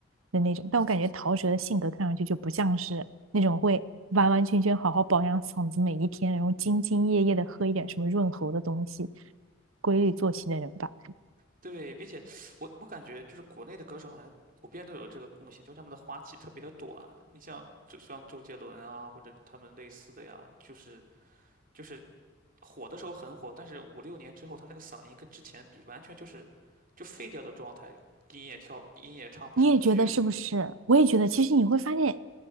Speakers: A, on the right; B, on the right.
A: 的那种。但我感觉陶喆的性格看上去就不像是。那种会完完全全好好保养嗓子每一天，然后兢兢业业的喝一点什么润喉的东西，规律作息的人吧。
B: 对，并且我我感觉就是国内的歌手好像普遍都有这个共性，就是他们的花期特别的短。你像就像周杰伦啊，或者他们类似的呀，就是就是火的时候很火，但是五六年之后，他那个嗓音跟之前比，完全就是就废掉的状态，音也跳，音也唱不上去。
A: 你也觉得是不是？我也觉得，其实你会发现，